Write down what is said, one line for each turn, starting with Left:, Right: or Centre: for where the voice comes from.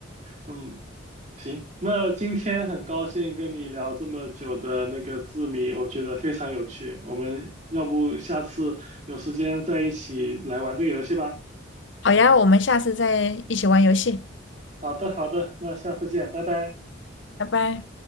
Right: 嗯，行，那今天很高兴跟你聊这么久的那个字谜，我觉得非常有趣。我们要不下次有时间再一起来玩这个游戏吧？
Left: 好呀，我们下次再一起玩游戏，
Right: 好的，好的，那下次见，拜拜。
Left: 拜拜。